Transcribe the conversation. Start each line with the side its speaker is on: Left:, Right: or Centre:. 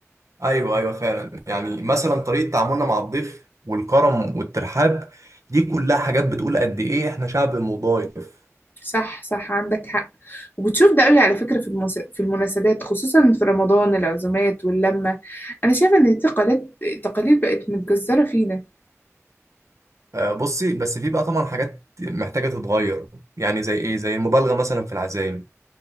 Right: أيوه أيوه فعلا يعني مثلا طريقة تعاملنا مع الضيف والكرم والترحاب دي كلها حاجات بتقول قد ايه احنا شعب مضايف
Left: صح صح عندك حق وبتشوف ده قوي على فكرة في المس... في المناسبات خصوصا في رمضان العزومات واللمة أنا شايفة إن التقاليد التقاليد بقت متجذرة فينا
Right: آه، بصي بس في بقى طبعا حاجات محتاجة تتغير يعني زي ايه زي المبالغة مثلا في العزايم